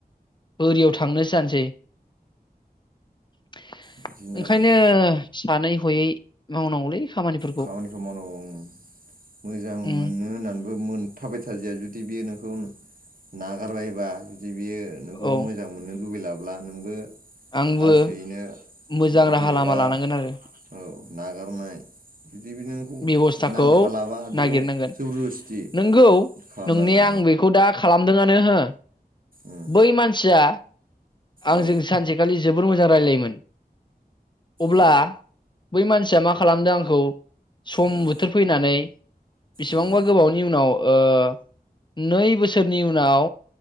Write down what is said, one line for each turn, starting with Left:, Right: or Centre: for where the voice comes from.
Left: बोरिआव थांनोसो जानोसै। <unintelligible>
Right: बिदिनो
Left: ओंखायनो
Right: जाहैयो
Left: सानै हयै मावनांगौलै। खामानिफोरखौ
Right: खामानिखौ मावनांगौ उम्म मोजां
Left: उम
Right: मोनो होननानै <unintelligible> मोनथाबाय थाजाया जुदि बियो नोंखौ नागारबायबा दि बियो नोंखौ
Left: औ
Right: मोजां मोननो लुबैला ब्ला नोंबो
Left: आंबो
Right: लासैनो
Left: मोजां
Right: उम्म
Left: राहा
Right: जेनेबा
Left: लामा लानांगोन आरो
Right: औ नागारनाय जुदि बे नोंखौ
Left: बेबस्थाखौ
Right: नांखालाबा बेखौ
Left: नागिरनांगोन
Right: जबरदस्ति
Left: नोंगौ
Right: खालामनाङा
Left: नोंनाया आं बेखौ दा खालामदोंआनो। ओहो
Right: उम
Left: बै मानसिया आंजों
Right: औ
Left: सानसेखालि जोबोर मोजां रायलायोमोन अब्ला
Right: औ
Left: बै मानसिया मा खालामदों आंखौ सम
Right: उम
Left: बोथोर फैनानै बिसिबांबा
Right: उम
Left: गोबावनि उनाव ओ नै बोसोरनि उनाव